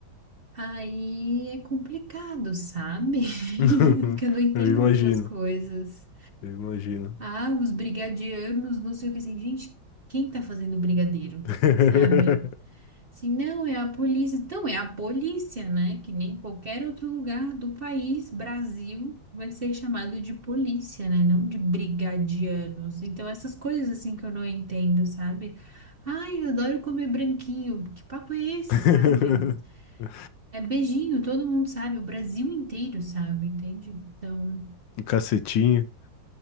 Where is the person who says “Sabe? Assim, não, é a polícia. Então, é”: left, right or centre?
Right